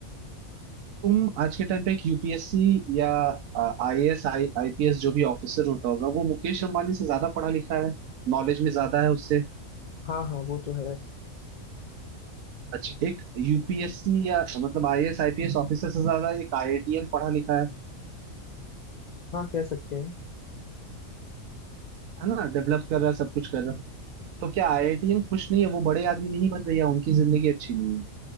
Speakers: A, on the right; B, on the left.
A: तुम आज के टाइम पे एक यूपीएससी या आईएएस आईपीएस जो भी ऑफिसर होता होगा वो मुकेश अंबानी से ज्यादा पढ़ा लिखा है नॉलेज में ज्यादा है उससे
B: हाँ हाँ वो तो है
A: अच्छा एक यूपीएससी या मतलब आईएएस आईपीएस ऑफिसर से ज्यादा एक आईआईटीएन पढ़ा लिखा है
B: हाँ कह सकते हैं
A: है ना डेवलप कर रहा है सब कुछ कर रहा है तो क्या आईआईटीएन खुश नहीं है वो बड़े आदमी नहीं बन रही है उनकी जिंदगी अच्छी नहीं है